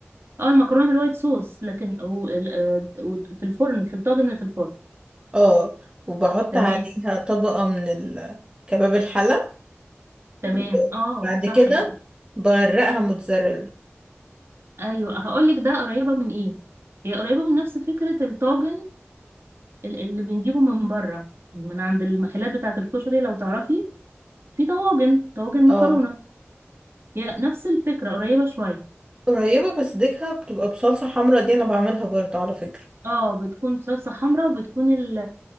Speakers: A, on the right; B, on the right.
A: اه المكرونة بالوايت صوص لكن و- ال- آه، وفي الفرن في الطاجن اللي في الفرن
B: اه وبحط
A: تمام
B: عليها طبقة من ال- كباب الحلة
A: تمام
B: وبعد
A: اه صح
B: كده
A: كده
B: بغرقها موتزاريلا
A: ايوه هقول لك ده قريبه من ايه هي قريبه من نفس فكره الطاجن ال- اللي بنجيبه من بره من عند المحلات بتاعه الكشري لو تعرفي في طواجن طواجن مكرونه
B: اه
A: هي نفس الفكره قريبه شويه
B: قريبة بس ديكها بتبقى بصلصة حمرا دي انا بعملها برضو على فكرة
A: اه بتكون صلصه حمراء وبتكون ال-